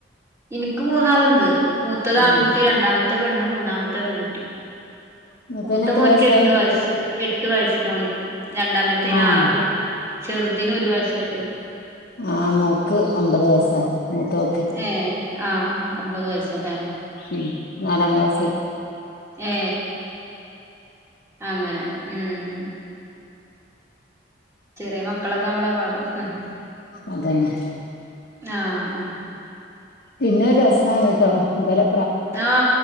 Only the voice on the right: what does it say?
ഇൻക്ക് മൂന്നാള്ണ്ട് മൂത്തത് ആൺകുട്ടി
രണ്ടാമത്തെ പെണ്ണ് മൂന്നാമത്തെ പെൺകുട്ടി
മൂത്ത
മോൻക്ക്
എട്ട് വയസ്സ് എട്ട് വയസ്സ് മോന് ക്ക് രണ്ടാമത്തേന്
ആറ് ചെറുതിന് ഒരു വയസ്സായിട്ടോള്ളു
ഏ ആ ഒമ്പത് വയസ് ലേ
ഏ അങ്ങന ഉം ചെറിയ മക്കളക്ക ആവുമ്പളാ പാട് ഉം
ആഹ്
ആ